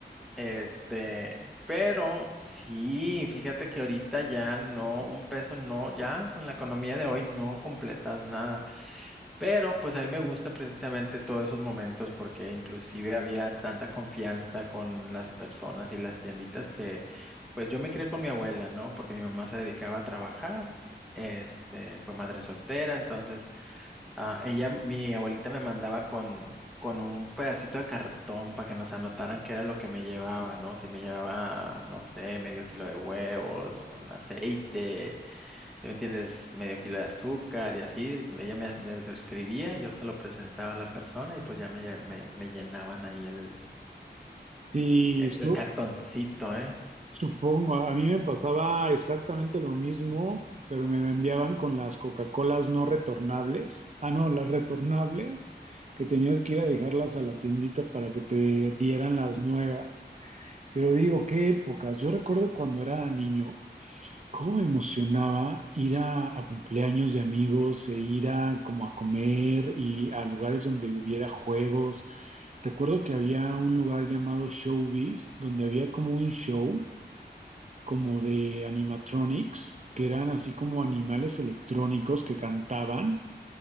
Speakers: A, in the centre; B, on the right.
A: Este, pero sí, fíjate que ahorita ya no, un peso no, ya con la economía de hoy no completas nada. Pero pues a mí me gusta precisamente todos esos momentos porque inclusive había tanta confianza con las personas y las tienditas que pues yo me crié con mi abuela, ¿no? Porque mi mamá se dedicaba a trabajar, este, fue madre soltera, entonces ah, ella, mi abuelita me mandaba con, con un pedacito de cartón para que nos anotaran qué era lo que me llevaba, ¿no? Si me llevaba, no sé, medio kilo de huevos, un aceite si me entiendes, medio kilo de azúcar y así, el- ella me, me lo escribía y yo se lo presentaba a la persona y pues ya me, lle- me, me llenaban ahí el,
B: Sí,
A: el
B: su-
A: el cartoncito, ¿eh?
B: supongo, a mí me pasaba exactamente lo mismo, pero me enviaban con las Coca-Colas no retornables. Ah, no, las retornables, que tenías que ir a dejarlas a la tiendita para que te dieran las nuevas. Pero digo, qué épocas. Yo recuerdo cuando era niño. cómo me emocionaba ir a, a cumpleaños de amigos e ir a como a comer y a lugares donde hubiera juegos. Recuerdo que había un lugar llamado Showbiz, donde había como un show como de animatronics, que eran así como animales electrónicos que cantaban.